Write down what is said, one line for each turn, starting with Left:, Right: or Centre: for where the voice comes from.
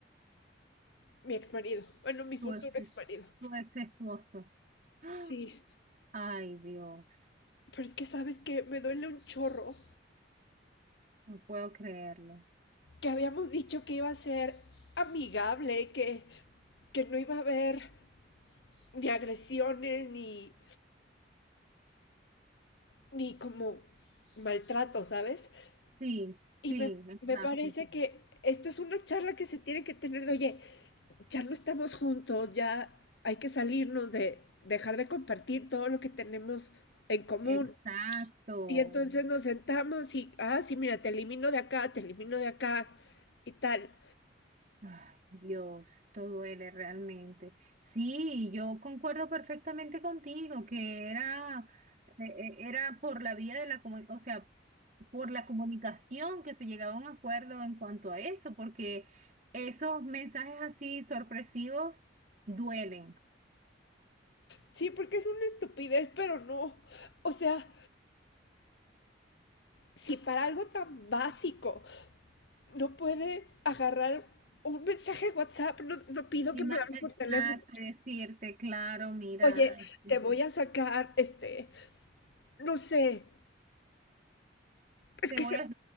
Left: mi ex marido, bueno, mi futuro
Right: Tu ex,
Left: ex marido.
Right: tu ex esposo. ¡Ah!
Left: Sí,
Right: Ay, Dios,
Left: pero es que sabes que me duele un chorro
Right: no puedo creerlo.
Left: que habíamos dicho que iba a ser amigable, que, que no iba a haber ni agresiones ni, ni como maltrato, ¿sabes?
Right: Sí, sí,
Left: Y me,
Right: exacto.
Left: me parece que esto es una charla que se tiene que tener de, oye, ya no estamos juntos, ya hay que salirnos de dejar de compartir todo lo que tenemos en común.
Right: Exacto.
Left: Y entonces nos sentamos y, ah, sí, mira, te elimino de acá, te elimino de acá y tal.
Right: Ay, Dios, esto duele realmente. Sí, yo concuerdo perfectamente contigo que era, eh, eh, era por la vía de la comunicación, o sea, por la comunicación que se llegaba a un acuerdo en cuanto a eso, porque esos mensajes así sorpresivos duelen.
Left: Sí, porque es una estupidez, pero no. O sea, si para algo tan básico no puede agarrar un mensaje de WhatsApp, no, no pido
Right: Y
Left: que
Right: más,
Left: me hablen
Right: exacto,
Left: por teléfono.
Right: y decirte, claro, mira.
Left: Oye,
Right: este,
Left: te voy a sacar, este, no sé, es
Right: Te
Left: que
Right: voy
Left: se,
Right: a,